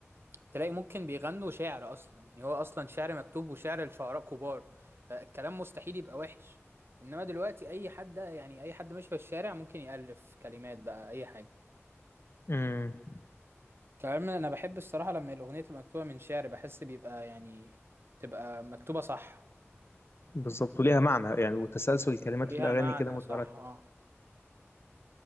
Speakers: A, on the right (about 50°); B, on the left (about 55°).
A: تلاقي ممكن بيغنوا شعر أصلا يعني هو أصلا شعر مكتوب وشعر لشعراء كبار فالكلام مستحيل يبقى وحش إنما دلوقتي أي حد يعني أي حد ماشي في الشارع ممكن يألف كلمات بقى أي حاجة
B: مم.
A: كمان انا بحب الصراحه لما الاغنيه تبقى مكتوبه من شعر بحس بيبقى يعني تبقى مكتوبه صح
B: بالظبط وليها معنى يعني وتسلسل الكلمات
A: وليها
B: في الأغاني
A: معنى
B: كده مترتب
A: صح اه